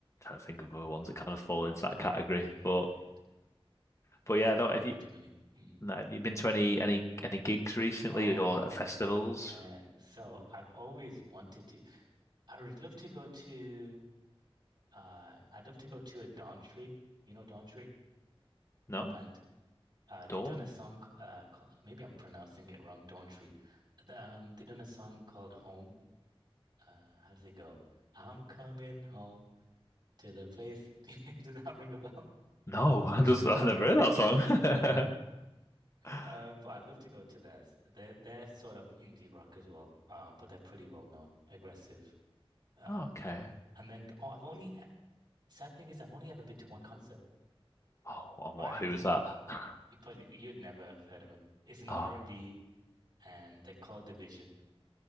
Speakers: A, on the left; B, on the right.
A: to think of other ones that kind of fall into that category.
B: perfect.
A: But but yeah,
B: I can't
A: no, have
B: remember
A: you
B: too many. Mm.
A: no, have you been to any any any gigs recently
B: Oh
A: or festivals?
B: man, so I've always wanted to. I would love to go to. Uh, I'd love to go to a Dawntree. You know Dawntree,
A: No,
B: the band. Uh, they've
A: Dawn.
B: done a song. c- Uh, ca- maybe I'm pronouncing it wrong. Dawntree. The, Um, they've done a song called Home. Uh, how does it go? I'm coming home to the place. <laughs> Does that ring a bell?
A: No, <laughs> I just
B: <laughs>
A: I've never
B: Okay.
A: heard that song. <laughs>
B: Um, but I'd love to go to theirs. They're they're sort of indie rock as well. Um, but they're pretty well known, aggressive. Um,
A: Okay.
B: and then oh, I've only sad thing is I've only ever been to one concert.
A: Oh, and
B: But
A: what?
B: and it
A: Who
B: was
A: was that? <sighs> <laughs>
B: you probably you'd never have heard of them. It's an
A: Oh,
B: R&B and B, and they're called Division.